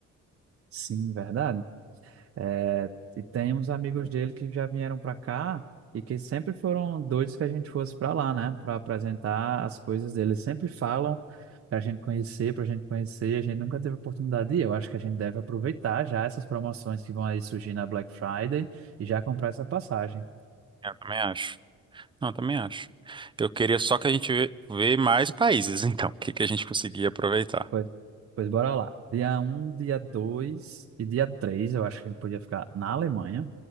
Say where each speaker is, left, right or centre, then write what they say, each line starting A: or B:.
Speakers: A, on the right (about 50°); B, on the right (about 15°).
A: sim, verdade. É, E tem uns amigos dele que já vieram para cá e que sempre foram doidos que a gente fosse para lá, né? Para apresentar as coisas deles. Sempre falam para a gente conhecer, para a gente conhecer. A gente nunca teve oportunidade de ir. Eu acho que a gente deve aproveitar já essas promoções que vão aí surgir na Black Friday e já comprar essa passagem.
B: Eu também acho. Não, eu também acho. Eu queria só que a gente vê, vê mais países, <laughs> então. O que, que a gente conseguia aproveitar.
A: Pois, pois bora lá. Dia um, dia 2 e dia três. eu acho que a gente podia ficar na Alemanha.